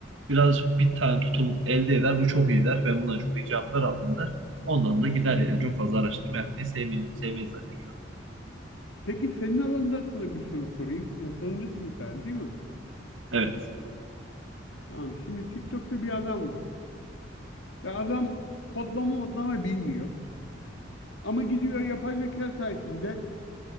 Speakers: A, on the right; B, on the left.
A: birazcık bir tane tutum elde eder. Bu çok iyi der. Ben bundan çok iyi cevaplar aldım der. Ondan da gider yani. Çok fazla araştırma yapmayı sevmiyor, sevmeyiz zaten genel olarak.
B: Peki senin alanında sana bir soru sorayım. Yazılımcısın sen değil mi?
A: Evet.
B: Tamam. Şimdi TikTok'ta bir adam var. Ve adam kodlama modlama bilmiyor. Ama gidiyor yapay zeka sayesinde